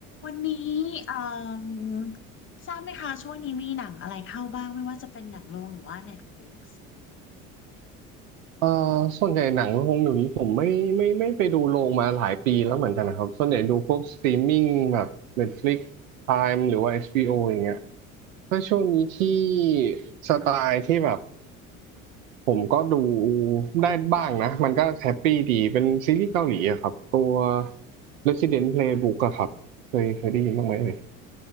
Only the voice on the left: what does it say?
วันนี้เอ่มทราบไหมคะช่วงนี้มีหนังอะไรเข้าบ้างไม่ว่าจะเป็นหนังโรงหรือว่า Netflix